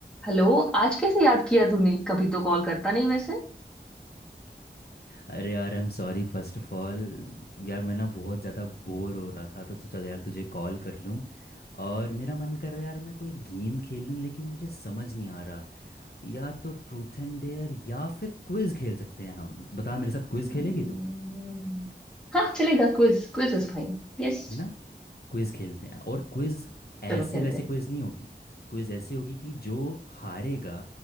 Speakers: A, in the centre; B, on the left (about 60°).
A: हेलो आज कैसे याद किया तूने कभी तो कॉल करता नहीं वैसे
B: अरे यार I am sorry first of all यार मैं ना बहुत ज़्यादा बोर हो रहा था तो सोचा यार तुझे कॉल कर लूँ और मेरा मन कर रहा है यार मैं कोई गेम खेल लूँ लेकिन मुझे समझ नहीं आ रहा या तो ट्रूथ एंड डेयर या फिर क्विज़ खेल सकते हैं हम बता मेरे साथ क्विज़
A: हम्म,
B: खेलेगी तू
A: हाँ चलेगा quiz quiz is fine Yes
B: है ना क्विज़ खेलते हैं और क्विज़ ऐसे
A: चलो खेलते
B: वैसे
A: हैं
B: क्विज़ नहीं होगी क्विज़ ऐसी होगी कि जो हारेगा